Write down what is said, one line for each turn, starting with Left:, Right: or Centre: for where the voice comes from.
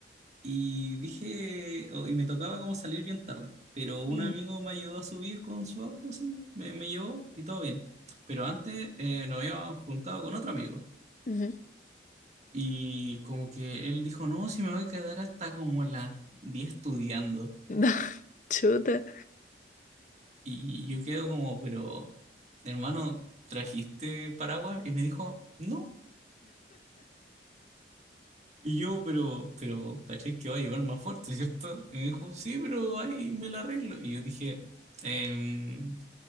Right: y dije, o- y me tocaba como salir bien tarde, pero un
Left: Ujú,
Right: amigo me ayudó a subir con su auto, así, me, me llevó y todo bien, pero antes eh, nos habíamos juntado con otro amigo.
Left: ujú.
Right: Y como que él dijo, no, si me voy a quedar hasta como las 10 estudiando.
Left: No, <laughs> chuta,
Right: Y yo quedo como, pero, hermano, ¿trajiste paraguas? Y me dijo, no. Y yo, pero, pero, caché que va a llover más fuerte, ¿cierto? Y me dijo, sí, pero ahí me la arreglo. Y yo dije, em,